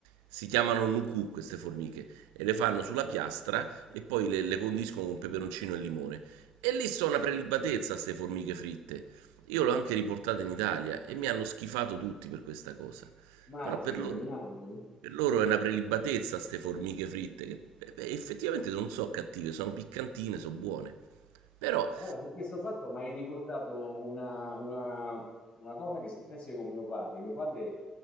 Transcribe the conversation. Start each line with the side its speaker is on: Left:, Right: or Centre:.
Right: Si chiamano nuku queste formiche e le fanno sulla piastra e poi le, le condiscono con peperoncino e limone. E lì sono una prelibatezza queste formiche fritte. Io l'ho anche riportata in Italia e mi hanno schifato tutti per questa cosa.
Left: Immagino,
Right: Però per loro,
Left: immagino.
Right: per loro è una prelibatezza queste formiche fritte, che beh, beh, effettivamente non sono cattive, sono piccantine, sono buone. Però,
Left: Allora, su questo fatto mi hai ricordato una, una- una cosa che successe con mio padre. Mio padre